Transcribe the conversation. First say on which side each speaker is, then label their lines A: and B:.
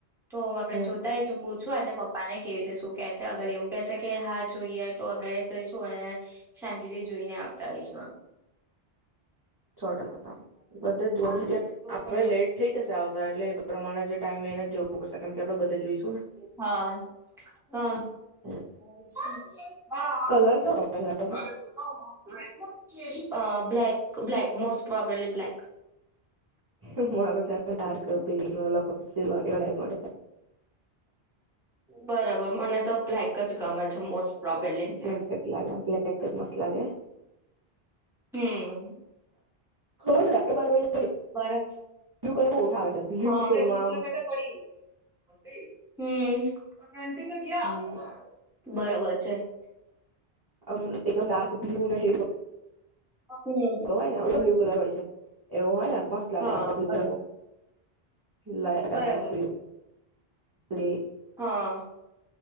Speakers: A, in the centre; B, on the right.
A: તો આપડે
B: હમ
A: જોતા હૈસુ પૂછું આજે પપ્પાને કેવી રીતે શું કેહે છે, અગર એવું કસે કે હાજ જોઈએ તો આપડે જઈશું અને શાંતિથી જોઈને આવતા રહીશું આમ. હ
B: સો ટકા બધે જ જોવાનું છે એટલે આપડે લેટ થઈ જશે આવતા એટલે એ પ્રમાણે જે ટાઈમ લઈને જવું પડશે કેમ કે આપડે બધે જોઈશું
A: હ.
B: ને કલર કેવો ગમે છે લેપટોપમાં
A: અ, black black. Most probably black.
B: <unintelligible>
A: બરોબર, મને તો બ્લેક જ ગમે છે મોસ્ટ પ્રોબેબલી
B: બ્લેક
A: એમ
B: જ લાગા, બ્લેક જ મસ્ત લાગે.
A: હમ્મ.
B: <unintelligible>
A: મારા
B: બ્લૂ કલર માં ઓછા આવે છે. બ્લુ
A: હ. <unintelligible>
B: શેડમાં
A: <unintelligible> હમ્મ. <unintelligible>
B: આમ
A: બરોબર છે.
B: અમ એકદમ ડાર્ક બ્લુ ને શેડ બ
A: હમ
B: તો એ <unintelligible> કલર હોય છે, એવું હોય ને મસ્ત લાગે
A: હા
B: લેપટોપ બ્લુ
A: બરોબર
B: કલર નું. લા <unintelligible> ડાર્ક
A: બરાબર
B: બ્લુ. એે
A: હા.